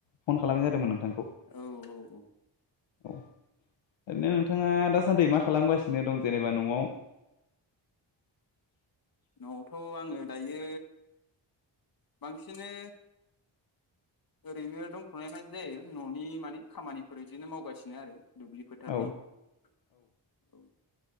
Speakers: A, on the left; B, on the left.
A: फन खालामनाय जादोंमोन नोंथां
B: औ-औ-औ
A: औ ओरैनो नोंथाङा दासान्दि मा खालामगासिनो दं जेनेबा न'आव <unintelligible>
B: न'आवथ' आङो दायो बांसिनो ओरैनो दंथ'नाय बादि जायो न'नि माने खामानिफोर बिदिनो मावगासिनो आरो दुब्लि फोथारनि
A: औ
B: औ